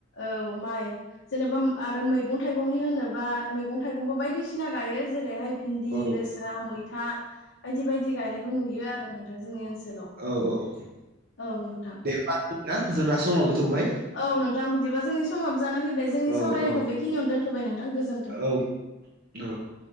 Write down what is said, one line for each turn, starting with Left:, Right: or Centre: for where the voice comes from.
Left: औ माइ जेनेबा आरो मैगं थाइगंनि होनोबा मैगं थाइगंबो बायदिसिना गायो जेरैहाय भिन्दि
Right: औ
Left: लेस्रा मैथा बायदि बायदि गायनायखौ नुयो आरो नोंथां जोंनि ओनसोलाव।
Right: औ औ
Left: औ नोंथां
Right: दे होमबाना जोनना समाबो थौबाय
Left: औ नोंथां बिदिबा जोंनि समाबो जाना फैबाय जोंनि
Right: औ
Left: सावरायनायखौ
Right: औ
Left: बेखिनियावनो दोनथबाय नोंथां गोजोन्थों
Right: औ औ